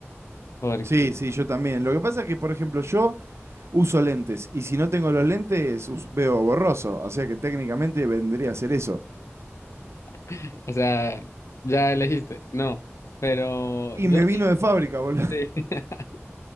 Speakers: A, on the left; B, on the right.
A: Porque,
B: Sí, sí, yo también. Lo que pasa es que, por ejemplo, yo uso lentes y si no tengo los lentes us- veo borroso, o sea que técnicamente vendría a ser eso.
A: <laughs> o sea, ya elegiste. No. Pero
B: Y
A: yo
B: me vino
A: sí.
B: de fábrica, boludo.
A: sí.
B: <laughs>
A: <laughs>